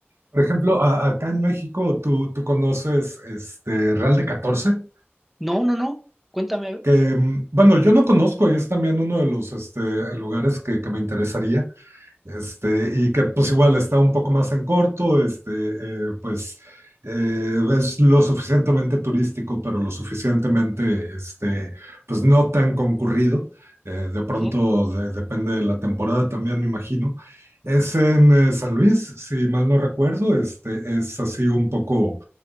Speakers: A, on the right; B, in the centre.
A: Por ejemplo, a- acá en México, ¿tú, tú conoces este Real de Catorce,
B: No, no, no, cuéntame, a ver.
A: Que, mm, bueno, yo no conozco y es también uno de los este, lugares que, que me interesaría, este, y que pues igual está un poco más en corto, este, eh, pues eh, es lo suficientemente turístico, pero lo suficientemente, este, pues no tan concurrido. Eh, de pronto
B: Ujú,
A: de- depende de la temporada también, me imagino. Es en eh, San Luis, si mal no recuerdo, este, es así un poco